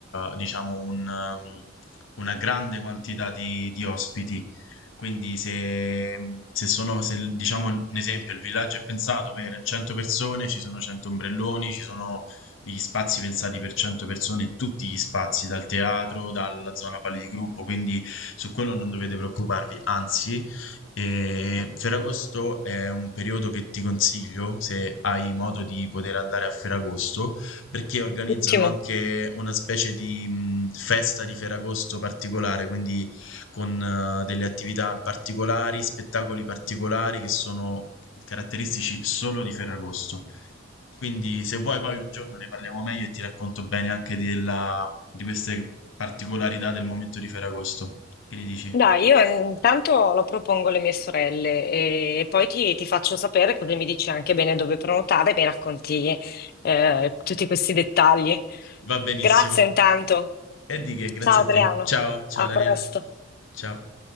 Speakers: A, on the left; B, on the left.
A: eh, diciamo, un, um, una grande quantità di, di ospiti. Quindi se, se sono, se, il- diciamo, un esempio, il villaggio è pensato per 100 persone, ci sono 100 ombrelloni, ci sono gli spazi pensati per 100 persone, tutti gli spazi, dal teatro, dalla zona pali di gruppo, quindi su quello non dovete preoccuparvi, anzi... E Ferragosto è un periodo che ti consiglio se hai modo di poter andare a Ferragosto, perché organizzano
B: Ottimo.
A: anche una specie di mh, festa di Ferragosto particolare, quindi con eh, delle attività particolari, spettacoli particolari che sono caratteristici solo di Ferragosto. Quindi se vuoi poi un giorno ne parliamo meglio e ti racconto bene anche della- di queste particolarità del momento di Ferragosto. Che ne dici?
B: Dai, io intanto lo propongo alle mie sorelle e poi ti, ti faccio sapere così mi dici anche bene dove prenotare e mi racconti eh, tutti questi dettagli.
A: Va benissimo.
B: Grazie intanto.
A: E di che, grazie
B: Ciao Adriano,
A: a te. Ciao, ciao
B: a
A: Daniela.
B: presto.
A: Ciao.